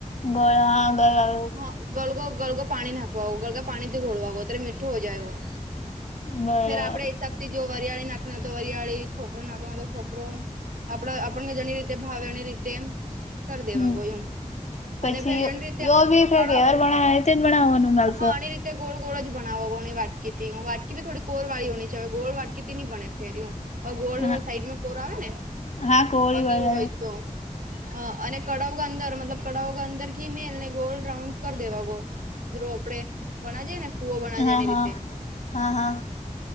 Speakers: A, on the left (about 55°); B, on the right (about 75°).
A: ગળ ગળું
B: હા ગળગો ગળગો પાણી નાખવા ગળગા પાણી થી ઘોળવાો અત્યારે મીઠું હો જાયવું
A: બરાબર
B: ફેર આપડે હિસાબ થી જો વરિયાળી નાખણી હોય તો વરિયાળી ખોપરો નાખનો હો તો ખોપરો આપડ આપણ જેણી રીતે ભાવે એની રીતે કર દેવાગો
A: હમ
B: એમ
A: પછી
B: અને ફેર જેની રીતે
A: યો
B: આપણે
A: બી ઘર
B: કડા
A: ભણાવ તે ભણાવવાનું માલ
B: હા એની રીતે ગોળ ગોળ જ બનાવોોની વાટકીથીું વાટકી ભી થોડી કોર વાી હોની ચ ગોળ વાટકી ની બને ફેર ું ગોડ
A: હા
B: સાઈડમાં કોરા આવે ને
A: હા કોરી
B: અહી
A: વગેરે
B: હોય તો હ અને કડાાવ અંદર મતલબ કડાાવ અંદર ઘીમેલને ગોલ રાઉન્ડ કરી દેવા ગો આપડે વણ જએ ને ફુવો વણજેએ
A: હા
B: એની
A: હા
B: રીતે
A: હા હા